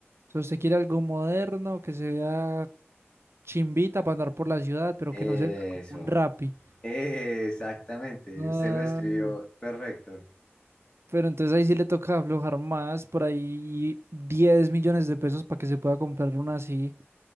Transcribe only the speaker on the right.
si usted quiere algo moderno, que se vea chimbita para andar por la ciudad, pero
que no se vea como un Rappi.
Ah,
pero entonces ahí sí le toca aflojar más, por ahí 10 millones de pesos para que se pueda comprar una así.